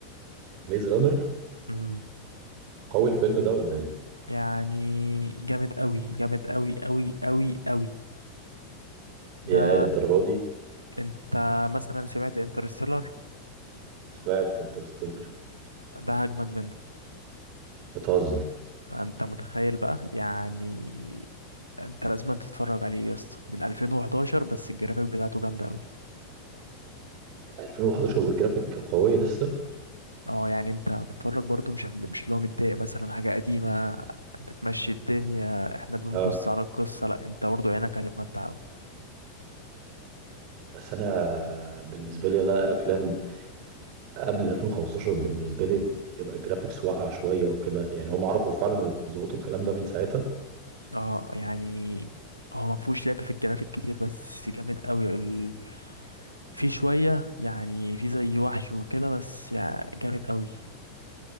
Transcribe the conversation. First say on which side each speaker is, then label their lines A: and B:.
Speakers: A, on the right; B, on the right.
A: ميز رانر
B: امم
A: قوي الفيلم ده ولا ايه
B: يعني جامد قوي جامد قوي قوي قوي قوي
A: يا
B: ده
A: للدرجه دي
B: انت مثلا سمعت انترستيلر
A: سمعت انترستيلر
B: ده هجمد منه
A: بتهزر
B: انت متخيل بقى يعني انت لازم تتفرج عليه يا اسطى من 2011 بس الجرافيك بتاعته جامده قوي
A: 2011 والجرافيك قويه لسه
B: اه يعني انت هتتفرج برضو مش هل- مش اللي هو متضايق مثلا حاجة قديمة بتمشي الدنيا احنا بنبص
A: اه
B: على القصة لا انت برضو عينك هتتمتع أوي.
A: بس انا بالنسبه لي انا افلام قبل 2015 بالنسبه لي تبقى الجرافيكس واقعه شويه وكده يعني هم عرفوا فعلا يظبطوا الكلام ده من ساعتها
B: اه يعني هو ما فيهوش لعب في الجرافيك كتير بس جامد قوي ال... في شوية يعني في زي وحش وكده بس يعني جامد قوي